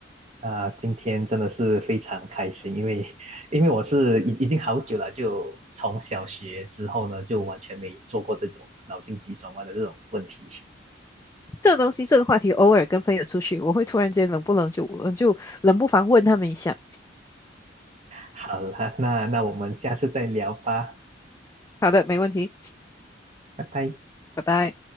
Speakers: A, on the right; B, on the left.
A: 啊、今天真的是非常开心，因为因为我是已已经好久了，就从小学之后呢，就完全没做过这种脑筋急转弯的这种问题。
B: 这个东西，这个话题，偶尔跟朋友出去，我会突然间冷不冷就呃就冷不防问他们一下。
A: 好啦，那那我们下次再聊吧，
B: 好的，没问题，
A: 拜拜。
B: 拜拜。